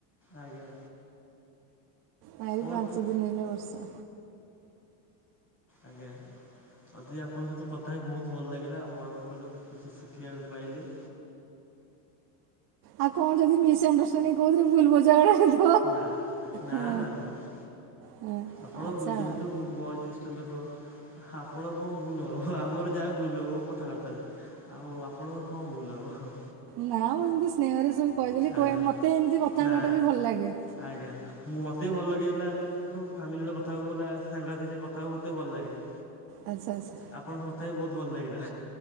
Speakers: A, on the left; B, on the right.
A: ଆଜ୍ଞା।
B: ଚାରି
A: କ'ଣ
B: ପାଞ୍ଚ ଦିନି ହେଲା ବର୍ଷା।
A: ଆଜ୍ଞା। ଅଧି ଆପଣଙ୍କ ସହିତ କଥା ହେଇ ବହୁତ ଭଲ ଲାଗିଲା ଆପଣଙ୍କ ଠାରୁ କିଛି ଶିଖିବାକୁ ପାଇଲି।
B: ଆଉ କଁ ଯଦି ମିସଅଣ୍ଡରଷ୍ଟାଣ୍ଡିଂ କୋଉଥିରେ ଭୁଲ ବୁଝାମଣା ହେଇଥିବ
A: ନାଁ ନା
B: ହଁ,
A: ନା ନା ନା।
B: ହଁ।
A: ଆପଣ
B: ଆଚ୍ଛା
A: ମୁଁ ଯେହେତୁ
B: ହଉ
A: ବୟଜ୍ୟେଷ୍ଠ ଲୋକ। ଆପଣ କଁ ଭୁଲ ହବ ଆମର ଯାହା ଭୁଲ ହବ କଥାବାର୍ତ୍ତାରେ। ଆଉ ଆପଣଙ୍କର କଁ ଭୁଲ ହବ?
B: ନା ମୁଁ ଏମତି ସ୍ନେହରେ ସବୁ କହିଦେଲି କୁହେ
A: ଆଜ୍ଞା
B: ମତେ ଏମତି କଥା
A: ନା
B: ହେବାଟା ବି ଭଲ ଲାଗେ।
A: ଆଜ୍ଞା ମୁଁ ମତେ ବି ଭଲ ଲାଗେ ହେଇଥିଲା। ହୁଁ ଫାମିଲି ସହିତ କଥା ହେବାକୁ ଭଲ ସାଙ୍ଗସାଥିଙ୍କ ସହିତ କଥା ହେବାକୁ ମତେ ବି ଭଲ ଲାଗେ ହେ
B: ଆଚ୍ଛା ଆଚ୍ଛା
A: ଆପ୍ ଆପଣଙ୍କ ସହ କଥା ହେଇ ବହୁତ ଭଲ ଲାଗିଲା